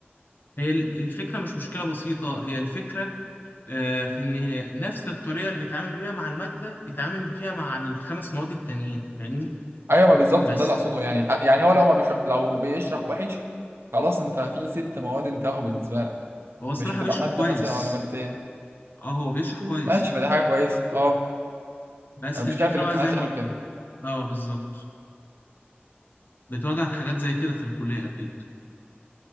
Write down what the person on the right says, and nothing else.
ايوه ما بالظبط
ما ده اللي اقصده يعني يعني هو لو ما بيشرح لو بيشرح وحش خلاص انت في ست مواد انتهوا بالنسبة لك
مش هتبقى
مادة
مثلا ولا مادتين
ماشي ما دي حاجة كويسة اه
المشكلة
في الامتحانات
يعني
وكده